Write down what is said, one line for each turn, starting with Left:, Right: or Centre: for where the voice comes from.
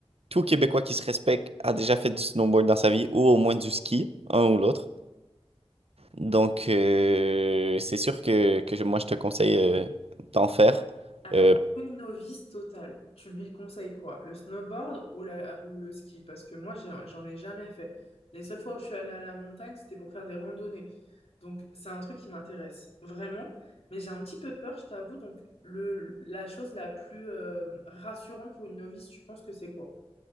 Right: tout Québécois qui se respecte a déjà fait du snowboard dans sa vie, ou au moins du ski, un ou l'autre. Donc, euh, c'est sûr que, que je- moi, je te conseille euh, d'en faire.
Left: Alors,
Right: Euh,
Left: pour une novice totale, tu lui conseilles quoi? Le snowboard ou, la- ou le ski? Parce que moi, j'ai- j'en ai jamais fait. Les seules fois où je suis allée à la montagne, c'était pour faire des randonnées. Donc, c'est un truc qui m'intéresse vraiment. Mais j'ai un petit peu peur, je t'avoue. Donc, le, la chose la plus euh, rassurante pour une novice, tu penses que c'est quoi?